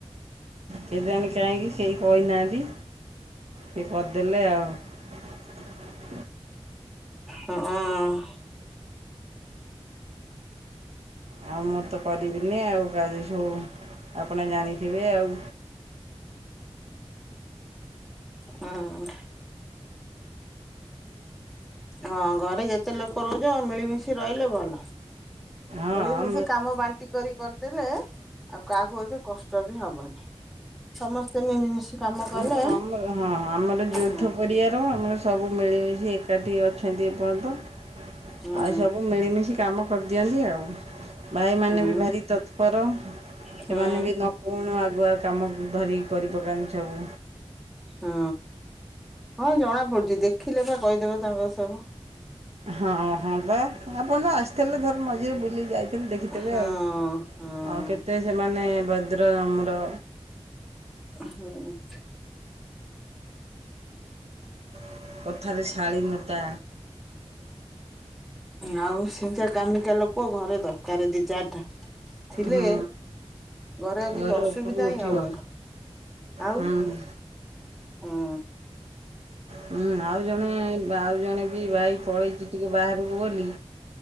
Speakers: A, on the right; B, in the centre.
A: କେ ଜାଣି କାହିଁକି ସେହି କହିନାହାନ୍ତି ସେ କରିଦେଲେ ଆଉ
B: ହଁ ଅଁ
A: ଆଉ ମୁଁ ତ କରିବିନି ଆଉ ସବୁ ଆପଣ ଜାଣିଥିବେ ଆଉ।
B: ହୁଁ, ହଁ ଘରେ ଯେତେ ଲୋକ ରହୁଛ ମିଳିମିଶି ରହିଲେ ଭଲ।
A: ଆଉ
B: ମିଳିମିଶି
A: ହଁ
B: କାମ ବାଣ୍ଟି କରି କରି ଦେଲେ। ଆଉ କାହାକୁ ଏତ କଷ୍ଟ ବି ହବନି। ସମସ୍ତେ ମିଳିମିଶି କାମ କଲେ
A: ହ ଆମର ହଁ ଆମର ଯୌଥ
B: ହୁଁ
A: ପରିବାର ଆମର ସବୁ ମିଳିମିଶି ଏକାଠି ଅଛନ୍ତି ଏପର୍ଯ୍ୟନ୍ତ
B: ହୁଁ
A: ଆଉ ସବୁ ମିଳିମିଶି କାମ କରି ଦିଅନ୍ତିି ଆଉ। ଭାଇମାନେ
B: ହୁଁ
A: ବି ଭାରି ତତ୍ପର
B: ହୁଁ
A: ସେମାନେ ବି ନକହୁଣୁ ଆଗୁଆ କାମ ଧରିି। କରି ପକାନ୍ତି ସବୁ।
B: ହଁ ହଁ ଜଣା ପଡୁଛି ଦେଖିଲେ ବା କହିଦେବେ ତାଙ୍କର ସବୁ।
A: ହଁ ହଁ ପା ଆପଣ ତ ଆ ଥିଲେ ଭଲ ମଝିରେ ବ ଯାଇଥିଲି ଦେଖିଥେବେ
B: ହଁ
A: ଆଉ
B: ହଁ
A: ଆଉ କେତେ ସେମାନେ ଭଦ୍ର ନମ୍ର।
B: ହଁମ୍
A: <unintelligible> କଥାରେ ଶାଳୀନତା।
B: ଆଉ ସେମିତିଆ କାମିକା ଲୋକ ଘରେ ଦରକାର ଦି ଚାରିଟା। ଥିଲେ
A: ହୁଁ।
B: ଘରେ ଆଉ କିଛି
A: ଘର
B: ଅସୁବିଧା
A: ଉପରକୁ ଉଠିବ।
B: ହିଁ ହବନି ଆଉ
A: ହୁଁ।
B: ହଁ
A: ହୁଁ ଆଉ ଜଣେ ଆଉ ଜଣେ ବି ଭାଇ ପଳେଇଛି ଟିକେ ବାହାରକୁ ବୋଲି